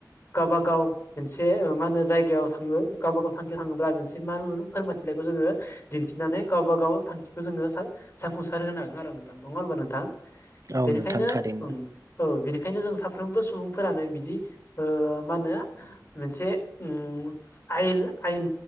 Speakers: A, on the left (about 40°); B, on the right (about 50°).
A: गावबा गाव मोनसे ओ मा होनो जायगायाव थाङो गावबा गाव थांखिआव थाङोब्ला मोनसे मा होनगोन फोरमाइथिलाइखौ जोङो दिन्थिनानै गावबा गाव थांखिखौ जों जाफुंसार होनो हागोन आरो नोंथां नङा होमबा नोंथां
B: औ
A: बेनिखाइनो
B: नोंथां थारैनो
A: ओं औ बेनिखायनो जों सा फ्रोमबो सुबुंफोरानो बिदि ओ मा होनो मोनसे उम आयेन आयेन